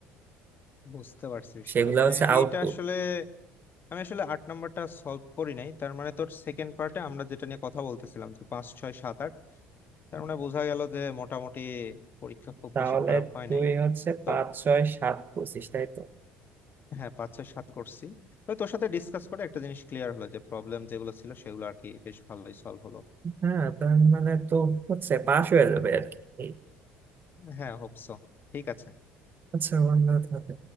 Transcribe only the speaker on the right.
সেগুলা
হচ্ছে আউটপুট
তাহলে
তুই
হচ্ছে
পাঁচ ছয় সাত পঁচিশ তাই তো
হ্যাঁ তার মানে তো হচ্ছে পাশ হয়ে যাবে আর কি এই,
আচ্ছা বন্ধু